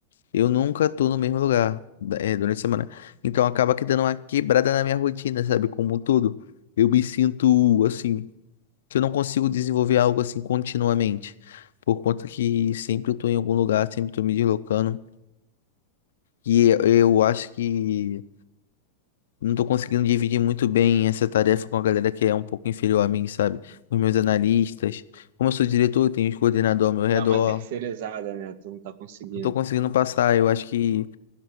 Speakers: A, on the left; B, on the right.
A: Eu nunca tô no mesmo lugar eh, durante a semana. Então acaba que dando uma quebrada na minha rotina, sabe? Como um todo. Eu me sinto assim, que eu não consigo desenvolver algo assim continuamente. Por conta que sempre eu tô em algum lugar, sempre tô me deslocando. E eu, eu acho que não tô conseguindo dividir muito bem essa tarefa com a galera que é um pouco inferior a mim, sabe? Os meus analistas. Como eu sou diretor, eu tenho os coordenadores ao meu redor.
B: Dá uma terceirizada, né? Tu não tá conseguindo.
A: Não tô conseguindo passar. Eu acho que.